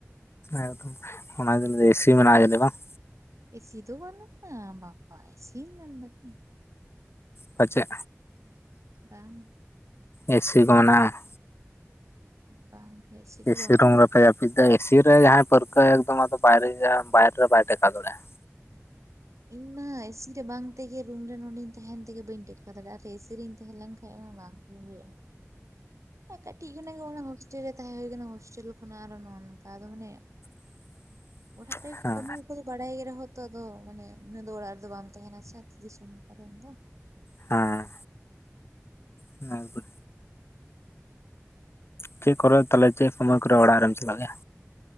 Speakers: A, on the left (about 55°); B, on the right (about 80°).
A: ᱮᱠᱫᱚᱢ ᱚᱱᱟ ᱜᱮ ᱮᱥᱤ ᱢᱮᱱᱟᱜ ᱡᱟᱱᱤ ᱵᱟᱝ
B: ᱮᱥᱤ ᱫᱚ ᱵᱟᱹᱱᱩᱜ ᱵᱟᱯᱟ ᱮᱥᱤ ᱢᱮᱱ ᱫᱟᱢ ᱛᱚ
A: ᱯᱟᱪᱮᱫ
B: ᱵᱟᱝ
A: ᱮᱥᱤ ᱠᱚ ᱢᱮᱱᱟᱜᱼᱟ
B: ᱵᱟᱝ ᱫᱚ
A: ᱮᱥᱤ
B: ᱵᱟᱝ
A: ᱨᱩᱢ ᱨᱮᱯᱮ ᱡᱟᱹ ᱢᱤᱫ ᱮᱥᱤ ᱨᱮ ᱡᱟᱦᱟᱸᱭ ᱯᱟᱹᱨᱠᱟᱹᱣ ᱮ ᱵᱟᱭᱨᱮ ᱵᱟᱭᱨᱮ ᱨᱮ ᱵᱟᱭ ᱴᱮᱠᱟᱣ ᱫᱟᱲᱮᱭᱟᱜᱼᱟ᱾
B: ᱤᱧ ᱢᱟ ᱮᱥᱤ ᱨᱮ ᱵᱟᱝ ᱛᱮᱜᱮ ᱨᱩᱢ ᱨᱮ ᱱᱚᱸᱰᱮᱧ ᱛᱟᱦᱮᱱ ᱛᱮᱜᱮ ᱵᱟᱹᱧ ᱫᱮᱠᱷᱟᱣ ᱫᱟᱲᱮᱭᱟᱜᱼᱟ ᱟᱨ ᱮᱥᱤ ᱨᱤᱧ ᱛᱟᱦᱮᱸ ᱞᱮᱱ ᱠᱷᱟᱡ ᱦᱮᱸ ᱵᱟᱠᱤ ᱜᱮ ᱠᱟᱹᱴᱤᱡ ᱠᱷᱚᱱᱟᱜ ᱜᱮ ᱦᱳᱥᱴᱮᱞ ᱨᱮ ᱛᱟᱦᱮᱸ ᱦᱩᱭ ᱠᱟᱱᱟ ᱦᱳᱥᱴᱮᱞ ᱠᱷᱚᱱᱟᱜ ᱟᱨᱚ ᱱᱚ ᱱᱚᱝᱠᱟ ᱟ ᱢᱟᱱᱮ
A: <inaudible>
B: ᱚᱲᱟᱜ ᱨᱮ
A: ᱦᱮᱸ
B: ᱱᱤᱛᱚᱜ ᱫᱚ ᱢᱟᱱᱮ ᱩᱱᱟᱹᱜ ᱫᱚ ᱚᱲᱟᱜ ᱨᱮᱫᱚ ᱵᱟᱢ ᱛᱟᱦᱮᱱᱟ ᱥᱮ ᱟᱹᱛᱩ ᱫᱤᱥᱚᱢ ᱠᱚᱨᱮᱱ ᱫᱚ᱾
A: ᱦᱮᱸ <unintelligible> ᱪᱮᱫ ᱠᱚᱨᱮ ᱛᱟᱦᱞᱮ ᱪᱮᱫ ᱥᱚᱢᱚᱭ ᱠᱚᱨᱮ ᱚᱲᱟᱜ ᱨᱮᱢ ᱪᱟᱞᱟᱜ ᱜᱮᱭᱟ?